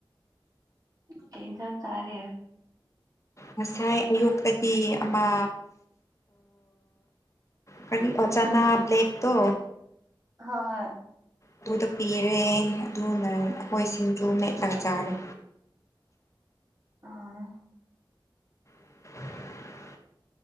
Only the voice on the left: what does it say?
ꯉꯁꯥꯏ ꯑꯌꯨꯛꯇꯗꯤ ꯑꯃ ꯀꯔꯤ ꯑꯣꯆꯅ ꯕ꯭ꯂꯦꯛ ꯇꯣ
ꯑꯗꯨꯗ ꯄꯤꯔꯦ ꯑꯗꯨꯅ ꯑꯩꯈꯣꯏꯁꯤꯡꯁꯨ ꯃꯦꯠꯂꯒ ꯆꯔ
<inaudible>